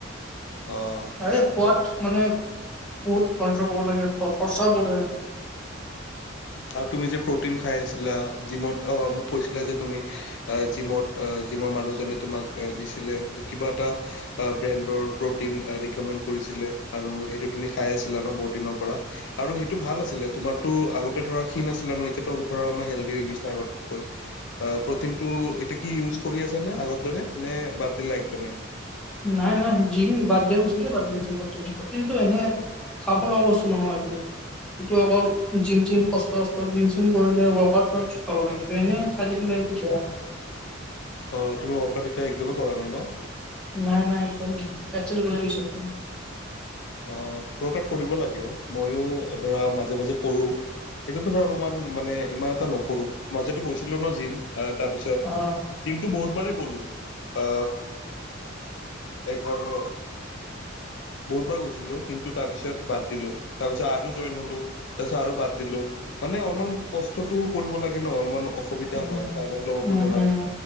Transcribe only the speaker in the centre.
এই খোৱাত মানে বহুত কন্ট্ৰল কৰিব লাগে, খৰচাও বহুত হয়।
নাই-নাই জিম বাতদিয়া পিছতে বাদ দি দিছোঁ প্ৰটিন। প্ৰটিন টো এনে <unintelligible> বস্তু নহয় এইটো। এইটো অকল জিম চিম কষ্ট জিম চিম কৰিলে ৱৰ্ক আউট শিকাব লাগে, এইটো এনে <unintelligible>
নাই-নাই একদম নাই, পেত ছেট ওলাই গৈছে একদম।
অ'
উম।
উম
উম।